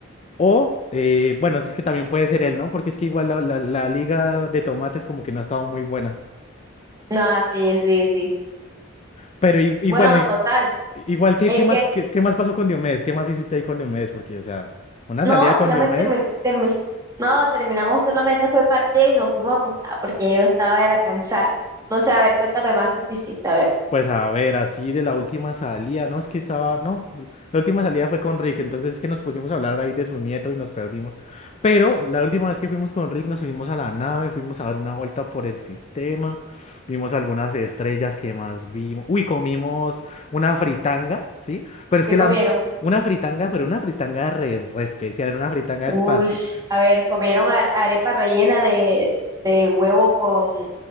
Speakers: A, on the left (about 30°); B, on the right (about 15°).
A: o, eh, bueno, si es que también puede ser él, ¿no? Porque es que igual la, la- la liga de tomates como que no ha estado muy buena.
B: No, sí, sí, sí.
A: Pero y, y
B: Bueno,
A: bueno, y-
B: total.
A: igual, ¿qué,
B: Es
A: qué más, qué, qué más pasó con Diomedes? ¿Qué más hiciste ahí con Diomedes? Porque, o sea, una
B: No,
A: salida con
B: solamente
A: Diomedes.
B: termi- termi- no, terminamos, solamente fue partido y nos fuimos a acostar porque yo estaba, era cansada. No sé, a ver, cuéntame más que tú hiciste, a ver,
A: Pues a ver, así de la última salida, no, es que estaba, no, la última salida fue con Rick, entonces es que nos pusimos a hablar ahí de su nieto y nos perdimos. Pero la última vez que fuimos con Rick nos subimos a la nave, fuimos a dar una vuelta por el sistema, vimos algunas estrellas que más vimos. Uy, comimos una fritanga, ¿sí? Pero es
B: ¿qué
A: que
B: comieron?
A: la, una fritanga, pero una fritanga re, re especial, era una fritanga
B: Uy,
A: espacial,
B: a ver, comieron ar- arepa rellena de, de huevo con,